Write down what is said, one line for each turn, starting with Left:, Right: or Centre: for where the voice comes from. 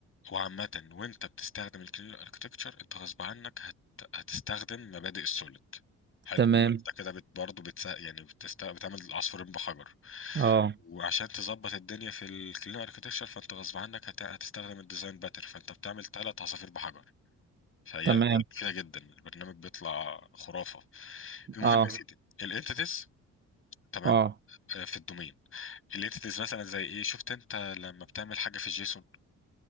Left: وعامة وانت بتستخدم الكلين اركتكتشر انت غصب عنك هت... هتستخدم مبادئ السوليد حلو
Right: تمام
Left: انت كده بت... برضه بتس... يعني بتست... بتعمل عصفورين بحجر
Right: اه
Left: وعشان تظبط الدنيا في الكلين اركتكتشر فانت غصب عنك هت... هتستخدم الديزاين باتر فانت بتعمل ثلاث عصافير بحجر فهي
Right: تمام
Left: هي مفيدة جدا البرنامج بيطلع خرافة المهم
Right: اه
Left: يا سيدي الانتيتيز تمام
Right: اه
Left: آه، في الدومين الانتيتيز مثلا زي ايه شفت انت لما بتعمل حاجة في الجيسون